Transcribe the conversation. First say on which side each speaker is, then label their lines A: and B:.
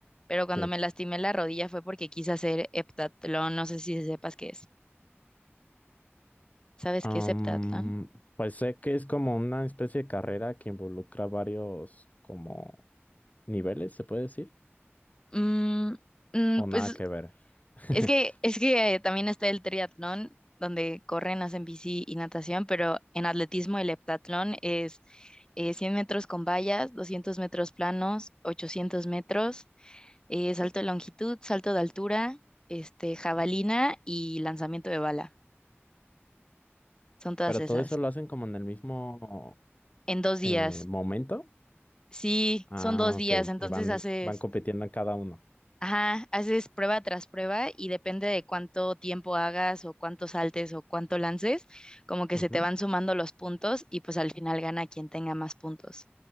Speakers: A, on the left; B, on the left.
A: pero cuando
B: Sí.
A: me lastimé la rodilla fue porque quise hacer heptatlón, no sé si sepas qué es. ¿Sabes
B: Am,
A: qué es heptatlón?
B: pues sé que es como una especie de carrera que involucra varios como niveles, ¿se puede decir?
A: Mm, mm,
B: O nada
A: pues
B: que ver. <laughs>
A: Es que, es que eh, también está el triatlón, donde corren, hacen bici y natación, pero en atletismo el heptatlón es eh, 100 metros con vallas, 200 metros planos, 800 metros, eh, salto de longitud, salto de altura, este, jabalina y lanzamiento de bala. Son todas
B: Pero
A: esas.
B: todo eso lo hacen como en el mismo.
A: En dos días.
B: Eh, ¿momento?
A: Sí,
B: Ah,
A: son dos días,
B: ok.
A: entonces
B: Y van,
A: haces
B: van compitiendo en cada uno.
A: Ajá, haces prueba tras prueba y depende de cuánto tiempo hagas o cuánto saltes o cuánto lances, como que
B: Ujú.
A: se te van sumando los puntos y pues al final gana quien tenga más puntos.